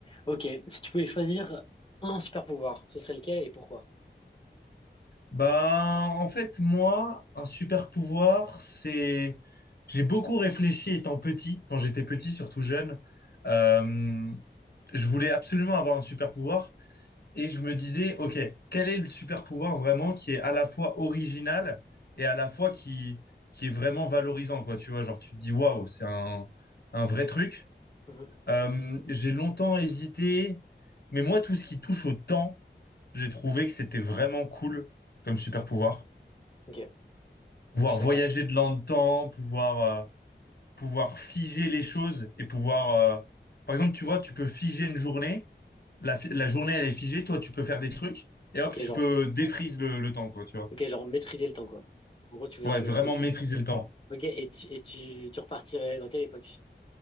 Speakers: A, on the left; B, on the left.
A: Ok, si tu pouvais choisir un super pouvoir, ce serait lequel et pourquoi?
B: Bah, en fait, moi, un super pouvoir, c'est... J'ai beaucoup réfléchi étant petit, quand j'étais petit, surtout jeune. Euh, je voulais absolument avoir un super pouvoir et je me disais, OK, quel est le super pouvoir vraiment qui est à la fois original et à la fois qui, qui est vraiment valorisant, quoi. Tu vois, genre, tu te dis, waouh, c'est un, un vrai truc.
A: Mhm.
B: Euh, j'ai longtemps hésité, mais moi, tout ce qui touche au temps, j'ai trouvé que c'était vraiment cool comme super pouvoir
A: Ok,
B: pouvoir
A: je suis
B: voyager
A: d'accord.
B: de dans le temps, pouvoir, euh, pouvoir figer les choses et pouvoir... euh, Par exemple, tu vois, tu peux figer une journée, la, fi- la journée elle est figée, toi tu peux faire des trucs et hop,
A: Ok,
B: tu
A: genre,
B: peux défrise le, le temps, quoi, tu vois.
A: ok, genre maîtriser le temps, quoi. En gros, tu voudrais
B: Ouais, vraiment
A: maîtriser le temps.
B: maîtriser le temps.
A: Ok, et tu, et tu, tu repartirais dans quelle époque?